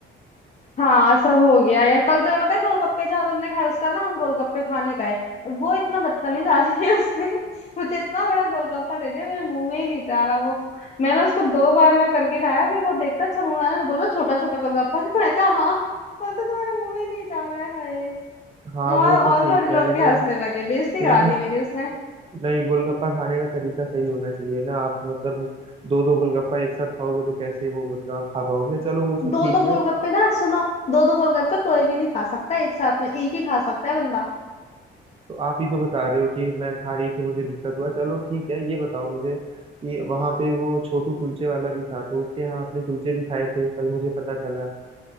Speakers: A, on the left; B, on the right.
A: हाँ सब हो गया यार कल तुम्हें पता है गोलगप्पे जहाँ तुमने खाए उसका ना हम गोलगप्पे खाने गए वो इतना बदतमीज आदमी है उसने <laughs> मुझे इतना बड़ा गोलगप्पा दे दिया मेरे मुंह में ही नहीं जा रहा वो मैंने उसको दो बार में करके खाया फिर वो देखता अच्छा मुंह में आ रहा है?" बोल रहा छोटा छोटा गोलगप्पा <laughs> तो मैं कहा हाँ बोलते तुम्हारे मुंह में ही नहीं जा रहा है हाय
B: हाँ
A: और
B: वो
A: और
B: तो ठीक
A: घर
B: है
A: लोग
B: लेकिन
A: भी हंसने लगे बेइज्जती
B: फिर
A: करा दी मेरी उसने
B: नहीं गोलगप्पा खाने का तरीका सही होना चाहिए ना आप मतलब दो दो गोलगप्पा एक साथ खाओगे तो कैसे वो मतलब आप खा पाओगे चलो वो सब
A: दो
B: ठीक
A: दो गोलगप्पे
B: है
A: ना सुनो दो दो गोलगप्पे कोई भी नहीं खा सकता एक साथ में एक ही खा सकता है बंदा
B: तो आप ही तो बता रहे हो कि मैं खा रही थी मुझे दिक्कत हुआ चलो ठीक है ये बताओ मुझे कि वहां पे वो छोटू कुलचे वाला भी था तो उसके यहाँ आपने कुलचे भी खाए थे कल मुझे पता चला